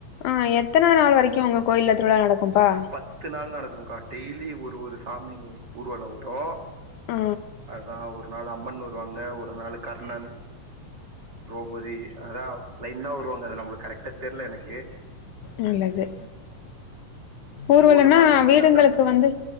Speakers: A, on the left; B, on the right.
A: அ எத்தனா நாள் வரைக்கு உங்க கோயில்ல திருவிழா நடக்கும்ப்பா?
B: பத்து நாள் நடக்குங்க்கா டெய்லி ஒரு ஒரு சாமி ஊர்வலோ வரு.
A: ஆ
B: அதா ஒரு நாள் அம்மன் வருவாங்க ஒரு நாளு கர்ணன். த்ரோபதி அதா லைனா வருவாங்க அது நம்மளுக் கரெக்ட்டா தெர்ல எனக்கு.
A: நல்லது. ஊர்வலன்னா
B: உங்க ஊர்ல பதினஞ்சு
A: வீடுங்களுக்கு
B: நாள்
A: வந்து